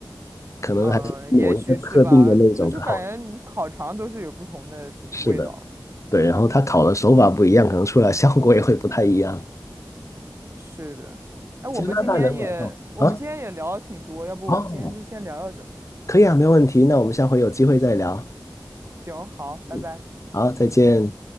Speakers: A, on the left; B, on the right.
A: 可能还是某一个特定的那种才好。
B: 嗯，也许是吧，就是感觉你烤肠都是有不同的就是味道。
A: 是的。对，然后它烤的手法不一样，可能出来效果也会不太一样。
B: 是的，哎，我们今天也我们今天也聊了挺多，
A: 加拿大能买到啊？
B: 要不我们今天就先聊到这儿。
A: 哦，可以啊，没问题。那我们下回有机会再聊。
B: 行，好，拜拜。
A: 嗯，好，再见。